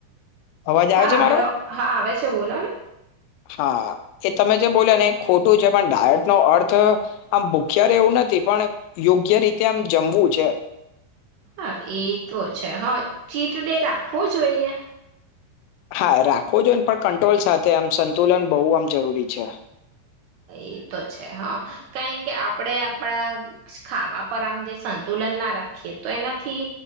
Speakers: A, on the left; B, on the right.
A: અવાજ આવે
B: હા
A: છે મારો
B: મને હા છે બોલો ને
A: હા એ તમે જે બોલ્યા ને એ ખોટું છે પણ ડાયટ નો અર્થ આમ ભૂખ્યા રેવું નથી પણ યોગ્ય રીતે આમ જમવું છે.
B: હા એ તો છે હા ચીટડે રાખવો જોઈએ
A: હા રાખો જોયને પણ કંટ્રોલ સાથે આમ સંતુલન બોવ આમ જરૂરી છે.
B: એ તો છે હા કારણ કે આપડે આપણ ખાવા પર આમ જે સંતુલન ના રાખીએ તો એનાથી